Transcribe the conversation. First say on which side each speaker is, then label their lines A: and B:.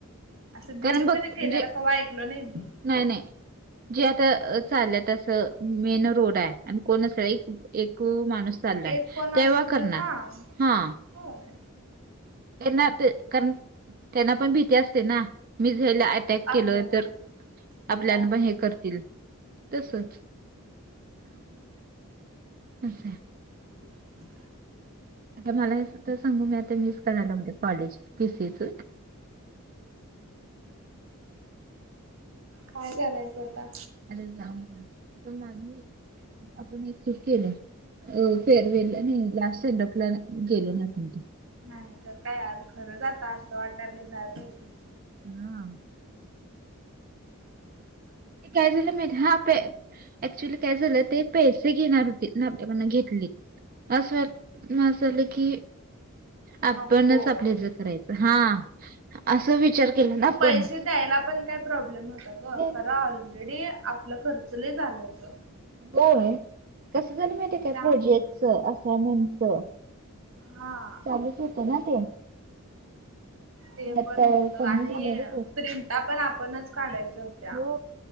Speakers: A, on the right; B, on the right.
A: असं भीड
B: कारण बघ
A: मध्ये केल्याला
B: म्हणजे
A: कव ऐकलो नाही मी.
B: नाही नाही जे आता चाललं तसं मेन रोड आहे आणि कोण अस एक एक माणूस चालला
A: एक कोण
B: तेव्हा
A: असले तर
B: करणार
A: हा
B: हा
A: होय
B: त्यांना कारण त्यांना पण भीती असते ना मी झा अक केलं
A: आपल्याला
B: तर आपल्या
A: काय होईल.
B: पण हे करतील तसच अस.
A: <inaudible>
B: आता मला सांगू मी आता मिस करायला म्हणज कॉलेज पीसीच.
A: काय कलायचं आता.
B: अरे जाम ना. पण आपण सुकेला फेर वेला नाही लास्ट. सेंडपला गेलो ना आपण त.
A: नाही तर काय आज खरंच आ असं वाटाले जायला पाहिजे नाही.
B: हा.
A: <inaudible>
B: ते काय दि मी हा प. ऍक्च्युली काय झालं ते पैसे घेणार होते आपल्याकण घेतली. असज वा माझ झालं की. आपणच
A: नको
B: आपल्या ज करायचं हा अस विचार. केला ना आपण
A: पैसे द्यायला पण काही प्रॉब्लेम नव्हता
B: द्यायलाच
A: ग खरं
B: नको.
A: ऑलरेडी आपलं खर्च ल झालं. ता.
B: होय कसं झालं माहिती काय
A: त्यामुळं
B: प्रोजेक्टच असइनमेंटच.
A: हा.
B: चालूच होत ना ते.
A: ते
B: त्यात
A: पण
B: काय
A: होतं
B: कमी
A: आणि
B: झाले रे
A: प्रिंटा पण आपणच काढायच्या होत.
B: हो